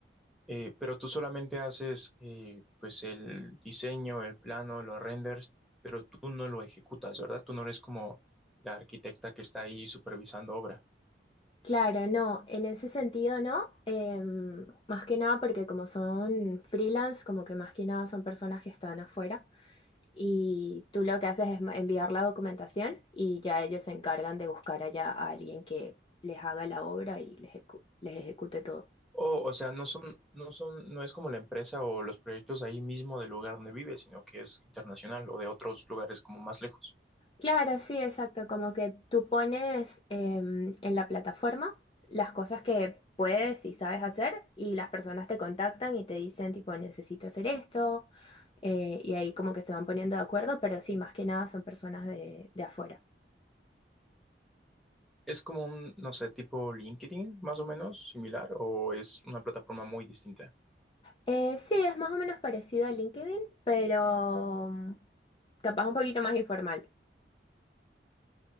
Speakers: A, in the centre; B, on the left (about 30°).
A: Eh, pero tú solamente haces eh, pues el diseño, el plano, los renders, pero tú no lo ejecutas, ¿verdad? Tú no eres como la arquitecta que está ahí supervisando obra.
B: Claro, no, en ese sentido no, em, más que nada porque como son freelance, como que más que nada son personas que están afuera y tú lo que haces es ma- enviar la documentación y ya ellos se encargan de buscar allá a alguien que les haga la obra y les ejecu- les ejecute todo.
A: O, o sea, no son, no son, no es como la empresa o los proyectos ahí mismo del lugar donde vives, sino que es internacional o de otros lugares como más lejos.
B: Claro, sí, exacto. Como que tú pones em, en la plataforma las cosas que puedes y sabes hacer y las personas te contactan y te dicen tipo necesito hacer esto eh, y ahí como que se van poniendo de acuerdo, pero sí, más que nada son personas de, de afuera.
A: Es como un, no sé, tipo LinkedIn, más o menos, similar, o es una plataforma muy distinta.
B: Eh, sí, es más o menos parecido a LinkedIn, pero mm, capaz un poquito más informal.